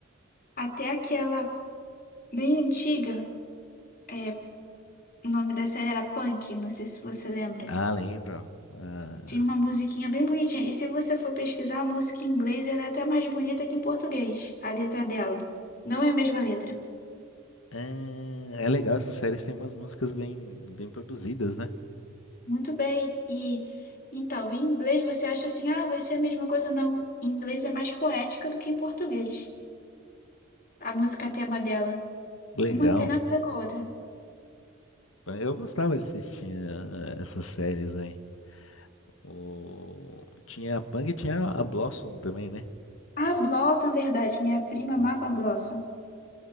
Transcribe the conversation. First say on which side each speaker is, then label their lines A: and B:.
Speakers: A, on the left (about 45°); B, on the left (about 80°).
A: Até aquela bem antiga, é, o nome da série era Punk, não sei se você lembra.
B: Ah, lembro. Ah,
A: Tinha uma musiquinha bem bonitinha. E se você for pesquisar a música em inglês, ela é até mais bonita que em português, a letra dela. Não é a mesma letra.
B: é, é legal, essas séries têm umas músicas bem, bem produzidas, né?
A: Muito bem. E então, em inglês você acha assim, ah, vai ser a mesma coisa? Não. Em inglês é mais poética do que em português. A música tema dela.
B: Legal.
A: Uma não tem nada a ver com a outra.
B: Eu gostava de assistir eh, essas séries aí. O... Tinha a Pang e tinha a Blossom também, né?
A: Ah, Blossom, verdade. Minha prima
B: Boa.
A: amava Blossom.